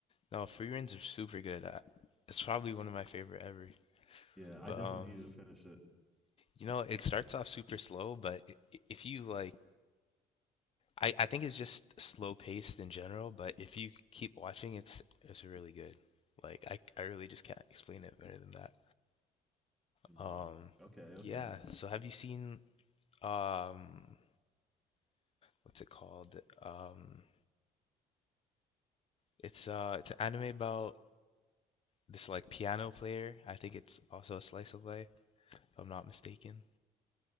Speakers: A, on the left; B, in the centre.
A: No, free runs are super good. I, it's probably one of my favorite ever.
B: Yeah, I
A: But
B: definitely
A: um,
B: needed to finish it.
A: you know, it starts off super slow, but i- i- if you like, I I think it's just slow paced in general. But if you keep watching, it's it's really good. Like I I really just can't explain it better than that.
B: Mm.
A: Um,
B: Okay, okay.
A: yeah. So have you seen um? what's it called? Um, it's uh, it's an anime about this like piano player. I think it's also a slice of life, if I'm not mistaken.